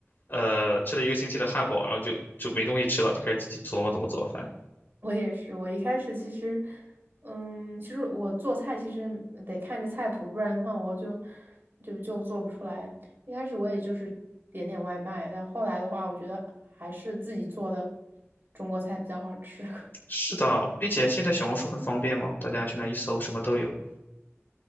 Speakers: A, on the left; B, on the right.
A: 呃，吃了一个星期的汉堡，然后就就没东西吃了，就开始自己琢磨怎么做饭。
B: 我也是，我一开始其实，嗯，其实我做菜其实得看着菜谱，不然的话我就就就做不出来。一开始我也就是点点外卖，但后来的话，我觉得还是自己做的中国菜比较好吃。<laughs>
A: 是的，并且现在小红书很方便嘛，大家去那一搜，什么都有。